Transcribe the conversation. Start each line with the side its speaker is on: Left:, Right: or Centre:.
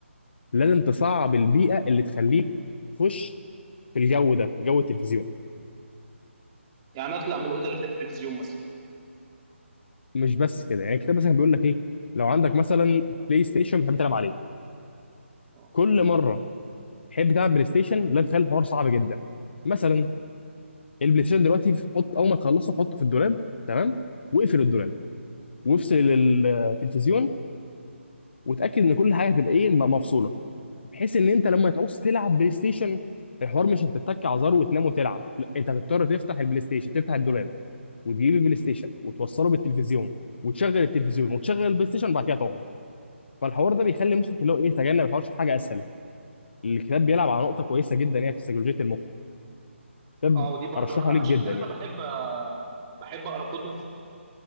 Left: لازم تصعب البيئه اللي تخليك تخش في الجو ده جو التلفزيون
Right: يعني اطلع من الاوضه اللي فيها التلفزيون مثلا
Left: مش بس كده يعني الكتاب مثلا بيقول لك ايه لو عندك مثلا بلاي ستيشن بتحب تلعب عليه
Right: اه
Left: كل مره تحب تلعب بلاي ستيشن لا تخلي الحوار صعب جدا مثلا البلاي ستيشن دلوقتي حط اول ما تخلصه حطه في الدولاب تمام واقفل الدولاب وافصل التلفزيون وتاكد ان كل حاجه هتبقى ايه م- مفصوله بحيث ان انت لما تعوز تلعب بلاي ستيشن الحوار مش هتتك على زر وتنام وتلعب لا انت هتضطر تفتح البلاي ستيشن تفتح الدولاب وتجيب البلاي ستيشن وتوصله بالتلفزيون وتشغل التلفزيون وتشغل البلاي ستيشن وبعد كده تقعد فالحوار ده بيخلي مخك اللي هو ايه تجنب الحوار شوف حاجه اسهل الكتاب بيلعب على نقطه كويسه جدا يعني في سيكولوجيه المخ كتاب
Right: اه ودي برضو
Left: ارشحه
Right: انا
Left: ليك
Right: عشان
Left: جدا
Right: كده
Left: يعني
Right: انا بحب بحب اقرا كتب